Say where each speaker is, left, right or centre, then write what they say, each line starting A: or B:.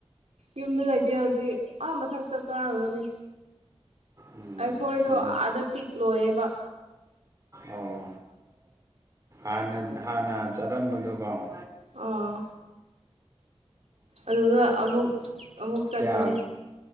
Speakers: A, on the right; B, on the right.
A: ꯌꯨꯝꯗ ꯂꯩꯇꯦ ꯍꯧꯖꯤꯛ ꯑꯥ ꯃꯊꯛꯇ ꯀꯥꯔꯨꯕꯅꯤ
B: ꯎꯝ
A: ꯑꯩꯈꯣꯏꯗꯣ
B: ꯀꯩꯅꯣ
A: ꯑꯥꯗ ꯄꯤꯛꯂꯣꯏꯌꯦꯕ
B: ꯑꯣ ꯑꯣꯅ ꯍꯥꯟꯅ ꯆꯠꯂꯝꯝꯕꯗꯨꯀꯣ <unintelligible>
A: ꯑꯥ ꯑꯗꯨꯗ ꯑꯃꯨꯛ ꯑꯃꯨꯛ ꯆꯠꯄꯅꯦ
B: ꯀꯌꯥ